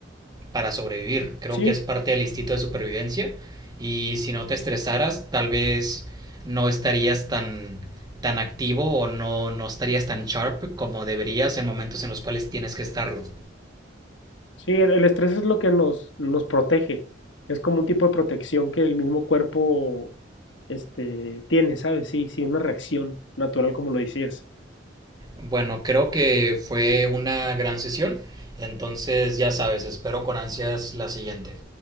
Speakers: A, on the right; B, on the left.
A: para sobrevivir. Creo
B: Sí.
A: que es parte del instinto de supervivencia y si no te estresaras, tal vez no estarías tan, tan activo o no, no estarías tan sharp como deberías en momentos en los cuales tienes que estarlo.
B: Sí, el, el estrés es lo que nos, nos protege. Es como un tipo de protección que el mismo cuerpo este, tiene, ¿sabes? Sí, sí, una reacción natural, como lo decías.
A: Bueno, creo que fue una gran sesión, entonces ya sabes, espero con ansias la siguiente.